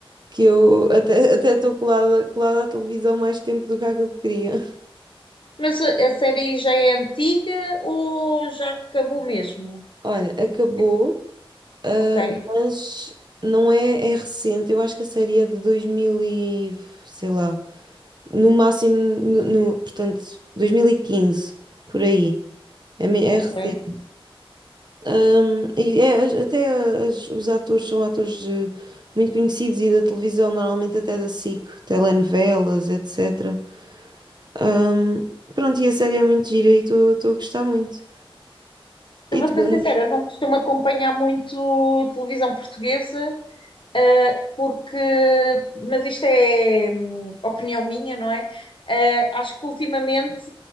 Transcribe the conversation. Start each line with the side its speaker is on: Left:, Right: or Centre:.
Right: que eu até até estou colada, colada à televisão mais tempo do que aquilo que queria. <laughs>
Left: Mas a a série já é antiga ou já acabou mesmo?
Right: Olha, acabou.
Left: Tipo,
Right: Ah,
Left: ok,
Right: mas não é, é recente, eu acho que a série é de 2000 e, sei lá, no máximo, no, no- portanto, 2015 por aí, é, me- é
Left: ok.
Right: recente. Ahm, e é- as- até as- os atores são atores eh, muito conhecidos e da televisão, normalmente até da SIC, telenovelas, etc. Ahm, pronto, e a série é muito gira e estou a gostar muito.
Left: Eu
Right: E
Left: vou
Right: tu?
Left: ser sincera, eu não costumo acompanhar muito televisão portuguesa, ah, porque, mas isto é hum, opinião minha, não é? Ah, acho que ultimamente,